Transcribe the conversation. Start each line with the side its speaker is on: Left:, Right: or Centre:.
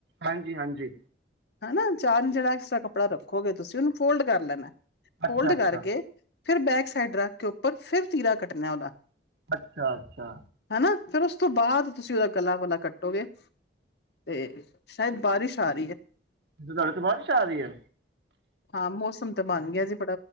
Right: ਹਾਂਜੀ ਹਾਂਜੀ
Left: ਹਨਾ ਚਾਰ ਜਿਹੜਾ ਐਕਸਟਰਾ ਕੱਪੜਾ ਰੱਖੋਗੇ ਤੁਸੀਂ ਉਹਨੂੰ ਫੋਲਡ ਕਰ ਲੈਨਾ ਐ।
Right: ਅੱਛਾ
Left: ਫੋਲਡ
Right: ਅੱਛਾ
Left: ਕਰਕੇ ਫਿਰ ਬੈਕ ਸਾਈਡ ਰੱਖ ਕੇ ਉੱਪਰ, ਫਿਰ ਤੀਰਾ ਕੱਟਣਾ ਐ ਉਹਦਾ।
Right: ਅੱਛਾ-ਅੱਛਾ।
Left: ਹਨਾ ਫਿਰ ਉਸ ਤੋਂ ਬਾਅਦ ਤੁਸੀਂ ਉਹਦਾ ਗਲਾ ਵਲਾ ਕੱਟੋਗੇ। ਤੇ ਸ਼ਾਇਦ ਬਾਰਿਸ਼ <unintelligible> ਐ।
Right: ਅ ਤਾਡੇ ਓਥੇ ਬਾਰਿਸ਼ ਆ ਰਈ ਐ।
Left: ਹਾਂ ਮੌਸਮ ਤਾਂ ਬਣ ਗਿਆ ਜੇ।